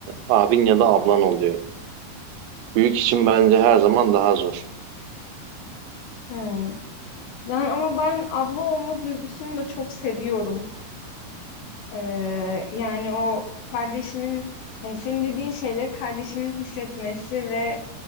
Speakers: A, on the right; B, on the left.
A: abin ya da ablan oluyor. Büyük için bence her zaman daha zor.
B: Hmm. Yani ama ben abla olma duygusunu da çok seviyorum. Ee, yani o kardeşimin hani senin dediğin şeyleri kardeşimin hissetmesi ve